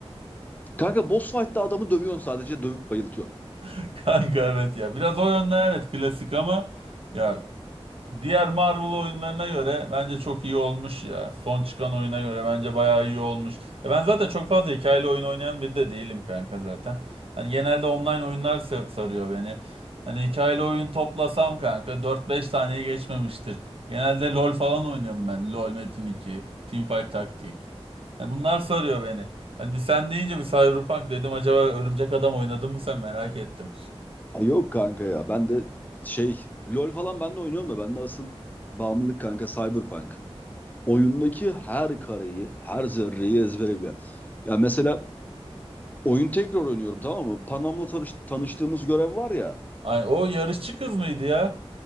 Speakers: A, on the left; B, on the right.
A: Kanka boss fight'ta adamı dövüyorsun sadece dövüp bayıltıyorsun.
B: <laughs> Kanka evet ya. Biraz o yönden evet klasik ama ya Diğer Marvel oyunlarına göre bence çok iyi olmuş ya. Son çıkan oyuna göre bence bayağı iyi olmuş. Ya ben zaten çok fazla hikayeli oyun oynayan biri de değilim kanka zaten. Hani genelde online oyunlar sa- sarıyor beni. Hani hikayeli oyun toplasam kanka dört beş taneyi geçmemiştir. Genelde LoL falan oynuyorum ben. LoL Metin iki, Teamfight Taktik. Hani bunlar sarıyor beni. Hani bir sen deyince bir Cyberpunk dedim acaba Örümcek Adam oynadın mı sen merak ettim.
A: Ay yok kanka ya. Ben de şey LoL falan ben de oynuyorum da ben de asıl bağımlılık kanka Cyberpunk. oyundaki her kareyi, her zerreyi ezbere bilen. Ya mesela oyun tekrar oynuyorum tamam mı? Panam'la tanış- tanıştığımız görev var ya.
B: Ay o yarışçı kız mıydı ya?